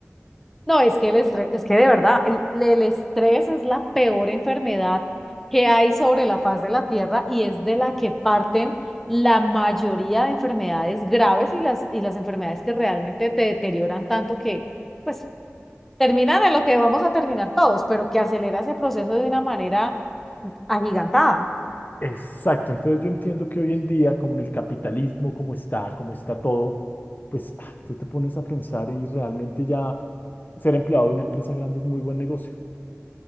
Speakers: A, in the centre; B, on the left.
A: No, es que el estrés, es que de verdad, el, el estrés es la peor enfermedad que hay sobre la faz de la Tierra y es de la que parten la mayoría de enfermedades graves y las, y las enfermedades que realmente te deterioran tanto que, pues, terminan en lo que vamos a terminar todos, pero que acelera ese proceso de una manera agigantada.
B: Exacto, entonces yo entiendo que hoy en día, como en el capitalismo, como está, como está todo, pues ah, tú te pones a pensar y realmente ya ser empleado de una empresa grande es muy buen negocio.